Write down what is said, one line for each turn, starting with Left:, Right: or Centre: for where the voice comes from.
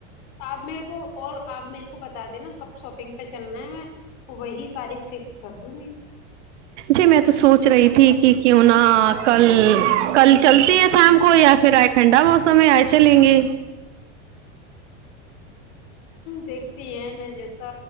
Left: آپ میرے کو اور آپ میرے کو بتا دینا کب شاپنگ پے چلنا ہے میں وہی تاریخ فکس کر دوں گی
Right: جی میں تو سوچ رہی تھی کی کیوں نہ کل کل چلتی ہے شام کو یا پھر ٹھڈا موسم ہے آج چلے گے
Left: دیکھتی ہیں میں جیسا